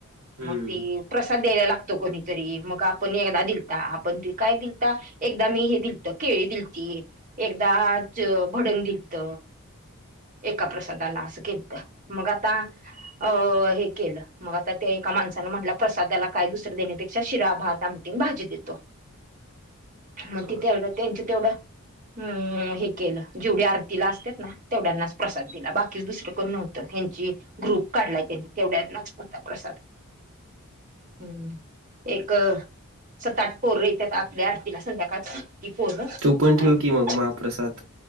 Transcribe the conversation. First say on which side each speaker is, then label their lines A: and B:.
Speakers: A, on the right; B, on the right.
A: हम्म
B: मग ती. प्रसाद द्यायला लागतो. कोणीतरी मग आपण एकदा दिलता आपण काय दिलता? एकदा मी हे दिलत केळी दिलती एकदा भडंग दिलत. एका प्रसादाला असं केलत मग आता अ हे केलं. मग आता त्या एका माणसानं म्हटलं प्रसादाला काय दुसरं देण्यापेक्षा शिरा भात आमटीन भाजी देतो. <inaudible> मग
A: होय
B: तिथे त्यांच तेवढं हम् हे केलं जेवढ्या आरतीला असतात ना तेवढ्यांनाच प्रसाद दिला बाकीच दुसरं कोण नव्हतं त्यांची ग्रुप काढलाय त्यांनी तेवढ्यांनाच होता प्रसाद. <inaudible> हम्म एक सात आट पोरं येतात आपल्या आरतीला संध्याकाळच्या कि पोर
A: तू पण
B: आणि
A: ठेव की मग महाप्रसाद.